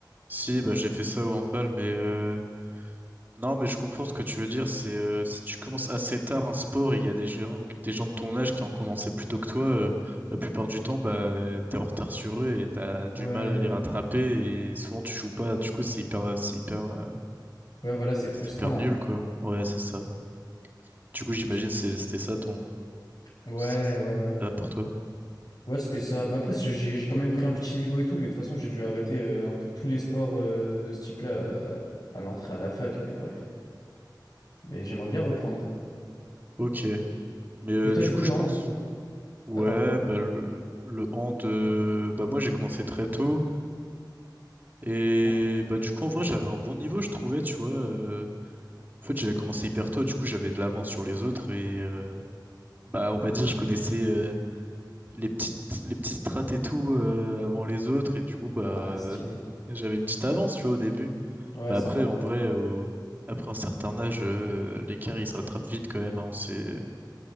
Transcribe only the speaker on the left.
Ouais,
ouais, voilà, c'est frustrant.
hein.
Et tu-
Ouais,
ouais, ouais.
Ouais, c'était ça. Mais après, j'ai j'ai quand même pris un petit niveau et tout. Mais de toute façon, j'ai dû arrêter euh, un peu tous les sports euh, de ce type-là euh, à l'entrée à la fac. Mais bref. Mais j'aimerais bien reprendre.
Et toi,
du
coup, le
hand?
Ah, pardon.
Ah,
ah, stylé.
Ouais,
sympa.